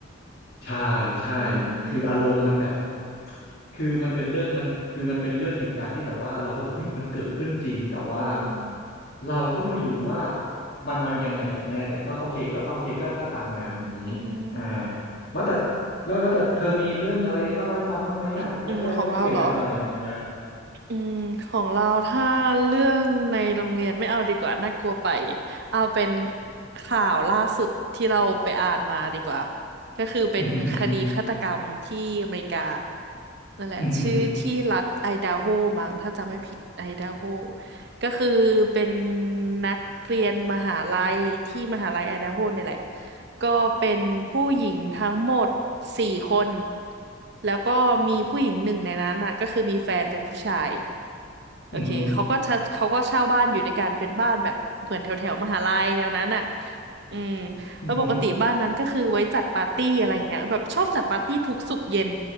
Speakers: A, on the left; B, on the right.
A: ใช่ใช่
B: อืม
A: คืออารมณ์มันแบบคือมันเป็นเรื่องมันคือมันเป็นเรื่องเหตุการณ์ที่แบบว่าเราก็รู้สึกเฮ้ยมันเกิดขึ้นจริงแต่ว่า
B: อืม
A: เราก็ไม่รู้ว่ามันมันยังไงกันแน่แต่ก็โอเคก็โอเคก็ก็ตามนั้นอย่างนี้
B: อื
A: อ่า
B: ม
A: ว่าแต่แล้วแล้วแต่เธอมีเรื่องอะไรเล่าให้ฟังบ้างไหมอ่ะแรกแรกแลกเปลี่ยนกันหน่อยอ่า
B: <coughs> อืม <coughs> ของเราเหรอ อืมของเราถ้าเรื่องในโรงเรียนไม่เอาดีกว่าน่ากลัวไปเอาเป็นข่าวล่าสุดที่เราไปอ่านมาดีกว่าก็คือเป็นคดีฆาตกรรมที่อเมริกา
A: อือหืออือหือ
B: นั่นแหละชื่อที่รัฐไอดาโฮมั้งถ้าจำไม่ผิดไอดาโฮ
A: อือหือ
B: ก็คือเป็นนักเรียนมหาลัยที่มหาลัยไอดาโฮเนี่ยแหละ ก็เป็นผู้หญิงทั้งหมดสี่คนแล้วก็มีผู้หญิงหนึ่งในนั้นอ่ะก็คือมีแฟนเป็นผู้ชายโอเคเขาก็เช่าเขาก็เช่าบ้านอยู่ด้วยกันเป็นบ้านแบบเหมือนแถวแถวมหาลัยแนวนั้นอ่ะ
A: อือหือ
B: อืม
A: อือหือ
B: แล้วปกติบ้านนั้นก็คือไว้จัดปาร์ตี้อะไรเงี้ยแบบชอบจัดปาร์ตี้ทุกศุกร์เย็น